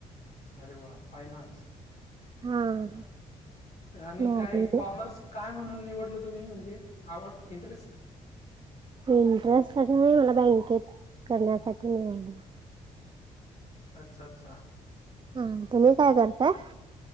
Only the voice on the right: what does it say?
हां
मॅरिड
इंटरेस्ट अस नाही मला बँकेत करण्यासाठी निवडला
हा तुम्ही काय करताय